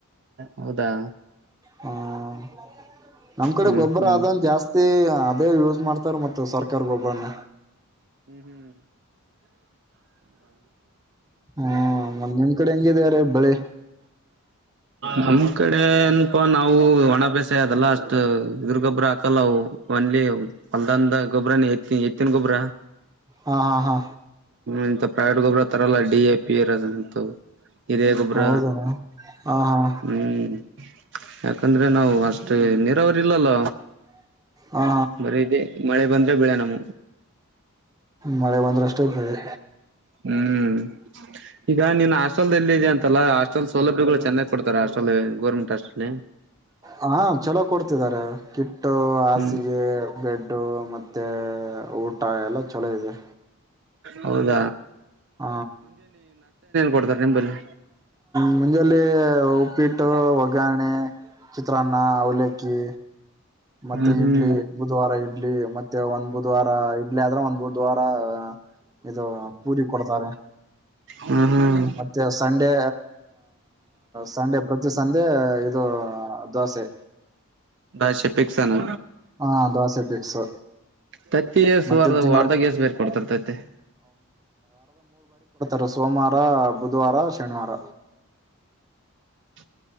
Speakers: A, on the right; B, on the right.
A: ಹೌದಾ.
B: ಹ್ಮ ನಮ್ ಕಡೆ
A: ಹ್ಮ್
B: ಗೊಬ್ಬರ
A: ಹ್ಮ್
B: ಅಂದು ಜಾಸ್ತಿ. ಅದೇ ಯೂಸ್ ಮಾಡ್ತಾರ ಮತ್ತ ಸರ್ಕಾರ ಗೊಬ್ಬರನ್ನ.
A: ಹ್ಮ್.
B: ಹ್ಮ ಮತ್ ನಿಮ್ ಕಡೆ ಹೆಂಗಿದೆ ರೀ ಬೆಳಿ
A: ನಮ್ ಕಡೆ. ನಾವು ಒಣ ಬೇಸೆ ಅದಲ್ಲ ಅಷ್ಟು ಗಿರಿ ಗೊಬ್ಬರ ಹಾಕಲ್ಲಾವು ಒಂದಲ್ಲಿ ಹೊಲ್ದಂದ ಗೊಬರನ ಎತ್ತ ಎತ್ತಿನ ಗೊಬ್ಬರ ಹ.
B: ಹಾ ಹಾ ಹಾ
A: ಇಂತ ಪ್ರವೇಟ್ ಗೊಬರ ತರಲ್ಲ. D A ಪಿರದಂತು. ಹಿರೇ ಗೊಬ್ರ
B: ಹೌದ ಹಾ ಹಾ ಹಾ
A: ಹ್ಮ್ ಯಾಕಂದ್ರೆ ನಾವು ಅಷ್ಟ. <unintelligible> ಇಲ್ಲಲ್ಲ
B: ಹಾ
A: ಬರೀ ಇದೆ ಮಳೆ ಬಂದ್ರೆ ಬೆಳೆ ನಮ.
B: ಮಳೆ ಬಂದ್ರಷ್ಟೇ ಬೆಳೆ.
A: ಹ್ಮ್ ಈಗ ನೀನ್ ಹಾಸ್ಟೆಲ್ಲ್ಲ ಇದಿದೆ ಅಂತಲ್ಲ ಹಾಸ್ಟೆಲ್ ಸೌಲಭ್ಯಗಳು ಚೆನ್ನಾಗ್ ಕೊಡ್ತಾರೆ ಹಾಸ್ಟೆಲ್ ಗೋರ್ಮೆಂಟ್ ಹಾಸ್ಟೆಲ್.
B: ಹಾ ಚಲೋ ಕೊಡ್ತಿದಿದ್ದಾರೆ ಕಿ. ಇ ಹಾಸಿಗೆ
A: ಹ್ಮ್
B: ಬೆಡ್ಡು ಮ. ಮತ್ತೆ ಊಟ ಎಲ್ಲ ಚಲೋ ಇದೆ.
A: ಹೌದ
B: ಹ
A: ಕೊಡ್ತಾರೆ ನಿಂಬಲ್ಲಿ
B: ಮುಂಜಲ್ಲಿ ಉಪ್ಪಿಟ್ಟು ಒಗರಣೆ ಚಿತ್ರಾನ್ನ ಅವಲ್ಲಕ್ಕಿ ಮತ್ತೆ
A: ಹ್ಮ್ ಹ್ಮ್
B: ಇಡ್ಲಿ ಬುಧವಾರ ಇಡ್ಲಿ ಮತ್ತೆ ಒಂದ್ ಬುಧವಾರ ಇಡ್ಲಿ ಆದ್ರೆ ಒಂದ್ ಬುಧವಾರ ಇದು ಪೂರಿ ಕೊಡ್ತಾರೆ
A: ಹ್ಮ್ ಹ್ಮ್
B: ಮತ್ತೆ ಸಂಡೆ ಸಂಡೆ ಪ್ರತಿ ಸಂಡೆ ಇದು ದೋಸೆ
A: ಬಶೆ ಪಿಕ್ಸನು
B: ಹ ದೋಸೆ ಫಿಕ್ಸ್
A: ತತ್ತಿ ಸಾರಧವಾರ್ಧ
B: ಮತ್ತೆ ತಿಂಗಳ
A: ಎಷ್ಟು ಕೊಡ್ತಾರ ತತಿ
B: ರ ಸೋಮವಾರ ಬುಧವಾರ ಶನಿವಾರ
A: ಹಾ